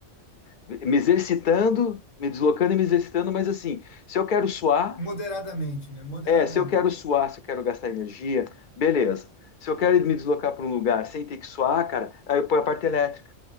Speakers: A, on the left (about 50°); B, on the left (about 85°).
A: me exercitando, me deslocando e me exercitando, mas assim, se eu quero suar,
B: Moderadamente, né? Moderadamente.
A: é, se eu quero suar, se eu quero gastar energia, beleza. Se eu quero me deslocar para um lugar sem ter que suar, cara, aí eu ponho a parte elétrica,